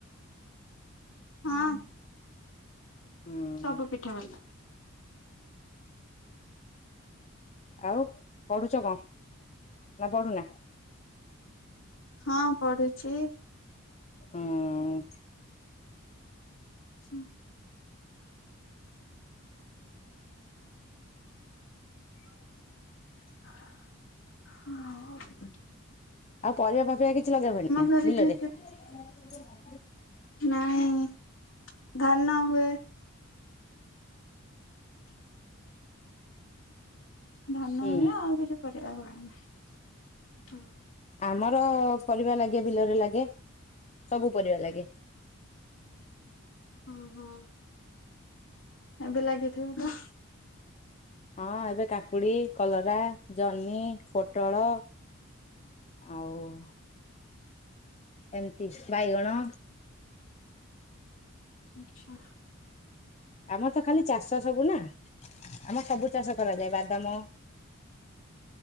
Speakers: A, on the left; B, on the left.
A: ହଁ।
B: ହୁଁ
A: ସବୁ ପିଠା ଭଲ ଲାଗେ।
B: ଆଉ ପଢୁଛ କଣ ନା ପଢୁନା?
A: ହଁ। ପଢୁଛି।
B: ହୁଁ।
A: ହୁଁ। ହଁ।
B: ଆଉ ପରିବା ଫରିବା କିଛି ଲଗା ହୁଏନି
A: ଘରେ
B: ବିଲରେ?
A: କିଏ କିଏ
B: <unintelligible>
A: ନାଇଁ। ଧାନ ହୁଏ ଧାନ
B: ହୁଁ
A: ହୁଏ ଆଉ କିଛି <unintelligible> ହଁ।
B: ଆମର ପରିବା ଲାଗେ ବିଲରେ ଲାଗେ ସବୁ ପରିବା ଲାଗେ।
A: ଓ ହୋ ଏବେ ଲାଗିଥିବ ତ?
B: ହଁ ଏବେ କାକୁଡି଼ କଲରା ଜହ୍ନି ପୋଟଳ ଆଉ <unintelligible> ଏମିତି ବାଇଗଣ
A: ଆଛା।
B: ଆମର ତ ଖାଲି ଚାଷ ସବୁ ନା ଆମ ସବୁ ଚାଷ କରାଯାଏ ବାଦାମ